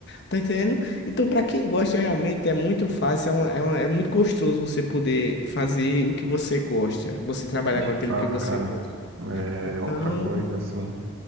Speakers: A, on the left (about 50°); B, on the right (about 55°).
A: tá entendendo? Então, para quem gosta, realmente é muito fácil, é, uma- é, uma- é muito gostoso você poder fazer o que você gosta, você trabalhar
B: de
A: com aquilo
B: fato,
A: que você
B: cara.
A: gosta.
B: É
A: Então,
B: outra coisa, assim.